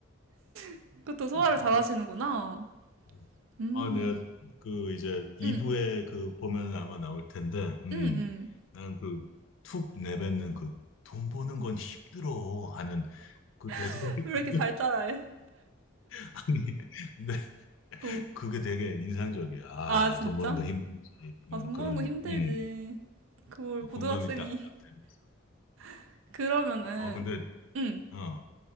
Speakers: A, on the right (about 85°); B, on the left (about 80°).
A: <laughs> 그것도 소화를
B: 어,
A: 잘하시는구나.
B: 어.
A: 음,
B: 아, 내가 그 이제 2부에
A: 음,
B: 그 보면 아마 나올 텐데, 음,
A: 음, 음.
B: 난 그 툭 내뱉는 그 돈 버는 건 힘들어 하는 그 대사가
A: <laughs>
B: 있거든.
A: 왜 이렇게 잘 따라해?
B: <laughs> 아니, 근데
A: 어.
B: 그게 되게 인상적이야. 아,
A: 아, 진짜?
B: 돈 버는 거 힘들지.
A: 아,
B: 어,
A: 돈
B: 그런,
A: 버는 거 힘들지.
B: 음,
A: 그걸
B: 어,
A: 고등학생이.
B: 공감이 딱딱 되면서.
A: <laughs> 그러면은,
B: 아, 근데
A: 음,
B: 어,